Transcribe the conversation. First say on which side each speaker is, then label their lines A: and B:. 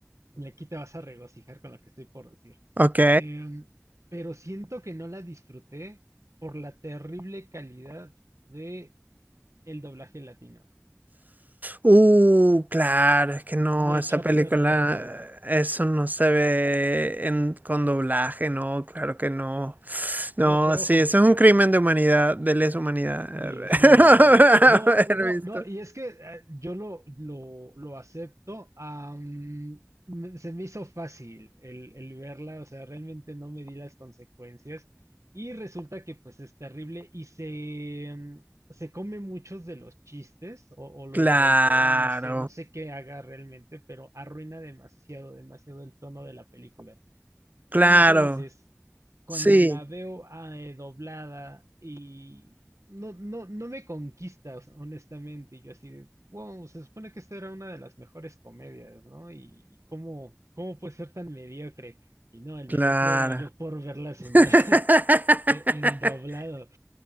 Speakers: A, on the right; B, on the right.
A: y aquí te vas a regocijar con lo que estoy por decir.
B: Ok.
A: Em, pero siento que no la disfruté por la terrible calidad de el doblaje latino.
B: Uh, claro. Es que no,
A: Me echa
B: esa
A: a
B: película,
A: perder todo.
B: eso no se ve en, con doblaje, no, claro que no. No,
A: No, pero
B: sí,
A: ojo,
B: eso es un crimen de humanidad, de lesa humanidad. <laughs>
A: de lesa humanidad. No,
B: Haber
A: no,
B: visto.
A: no, y es que eh, yo lo, lo, lo acepto. am, me- se me hizo fácil el, el verla, o sea, realmente no me di las consecuencias. Y resulta que pues es terrible y se, mm, se come muchos de los chistes o, o los
B: Claro,
A: voltea, no sé, no sé qué haga realmente, pero arruina demasiado, demasiado el tono de la película.
B: claro,
A: Entonces, cuando
B: sí,
A: la veo ah, eh, doblada y no, no, no me conquista, o sea, honestamente, y yo así de, wow, se supone que esta era una de las mejores comedias, ¿no? Y cómo, cómo puede ser tan mediocre. Y no, el
B: claro.
A: mediocre era yo por verlas
B: <laughs>
A: en, <laughs> en en doblado.